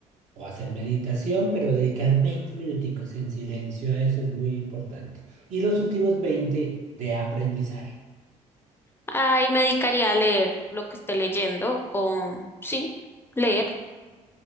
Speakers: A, on the right; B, on the left.
A: o hacer meditación, pero dedicar 20 minuticos en silencio a eso es muy importante. Y los últimos 20 de aprendizaje.
B: Ay, me dedicaría a leer lo que esté leyendo o sí, leer.